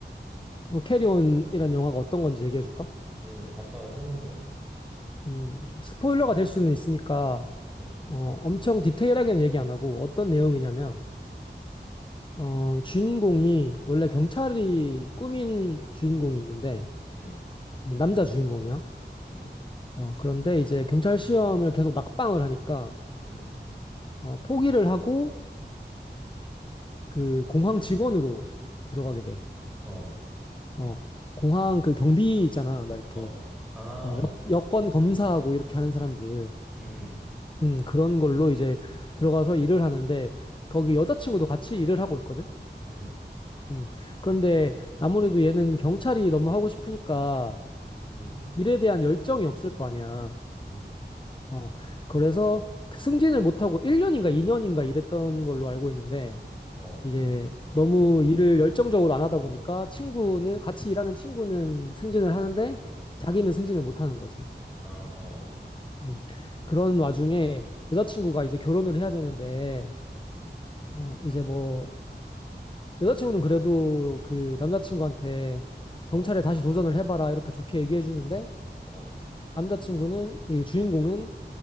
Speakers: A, on the left (about 25°); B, in the centre.
A: 어, 캐리온이란 영화가 어떤 건지 얘기해 줄까?
B: 음, 간단하게 설명 좀 해주라.
A: 음, 스포일러가 될 수는 있으니까,
B: 응 응.
A: 어, 엄청 디테일하게는 얘기 안 하고, 어떤 내용이냐면, 어, 주인공이 원래 경찰이 꾸민 주인공이 있는데,
B: 응. 응.
A: 음, 남자 주인공이야.
B: 응.
A: 어, 그런데 이제 경찰 시험을 계속 낙방을 하니까
B: 응.
A: 어, 포기를 하고 그 공항 직원으로 들어가게 돼.
B: 응. 어,
A: 어, 공항 그 경비 있잖아, 막 이렇게
B: 어, 어. 아,
A: 어,
B: 어.
A: 여, 여권 검사하고 이렇게 하는 사람들,
B: 응응.
A: 음, 그런 걸로 이제 들어가서 일을 하는데 거기 여자친구도 같이 일을 하고 있거든.
B: 응. 응.
A: 음, 그런데 아무래도 얘는 경찰이 너무 하고 싶으니까
B: 응.
A: 일에 대한 열정이 없을 거 아니야.
B: 응.
A: 어, 그래서 그 승진을 못하고 1년인가 2년인가 일했던 걸로 알고 있는데.
B: 응. 어,
A: 이제 너무 일을 열정적으로 안 하다 보니까 친구는 같이 일하는 친구는 승진을 하는데 자기는 승진을 못 하는 거지.
B: 아, 어.
A: 음. 그런 와중에 여자친구가 이제 결혼을 해야 되는데
B: 음,
A: 어 이제 뭐 여자친구는 그래도 그 남자친구한테 경찰에
B: 어,
A: 다시 도전을 해봐라 이렇게 좋게 얘기해 주는데
B: 어,
A: 남자친구는 이 주인공은